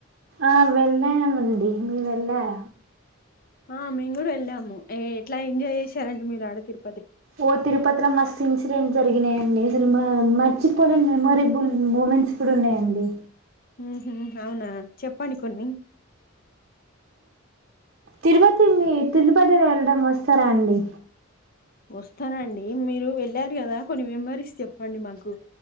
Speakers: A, on the right; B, on the left.
A: ఆ వెళ్ళమండి మీర్ వెళ్ళార
B: ఆ మేము కూడా వెళ్ళాము ఎట్లా ఎంజాయ్ చేసారండి మీరు ఆడ తిరు
A: ఓ తిరుపతిల మస్ ఇన్సిడెంట్ జరిగినయ అండి అసలు మా మర్చిపోలేని మెమోరేబుల్ మూమెంట్స్ కుడా ఉన్నాయండి
B: ఊహు అవునా చెప్పండి కొన్ని
A: తిరుపతి మీ తిరుపదిలో వెళ్ళడం వస్తరా అండి
B: వస్తానండి మీరు వెళ్ళారు కదా కొన్ని మెమరీస్ చెప్పండి మాకు